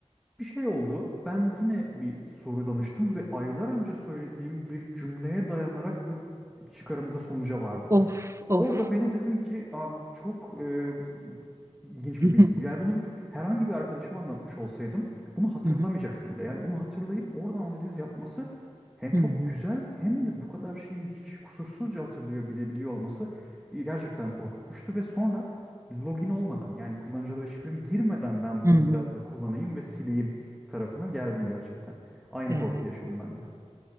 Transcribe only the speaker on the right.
Of of.
Hı
hı,
hı hı,
hı
hı,
hı
hı.
Evet,